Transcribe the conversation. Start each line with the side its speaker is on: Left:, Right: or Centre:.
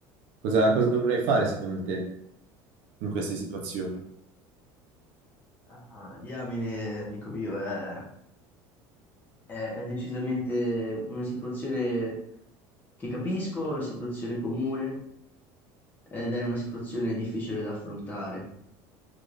Right: cosa, cosa dovrei fare secondo te in queste situazioni?
Left: Ah, diamine, amico mio, è, è è decisamente una situazione che capisco, una situazione comune. ed è una situazione difficile da affrontare.